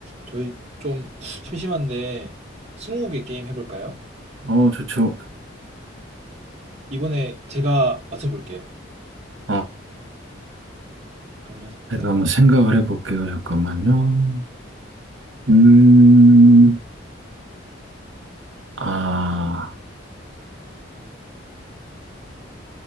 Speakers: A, on the right; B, on the right.
A: 저희 좀 심심한데 스무고개 게임 해볼까요?
B: 어, 좋죠.
A: 이번에 제가 맞춰볼게요.
B: 어,
A: 그러면 생각
B: 제가 한번 생각을 해볼게요. 잠깐만요. 음, 아,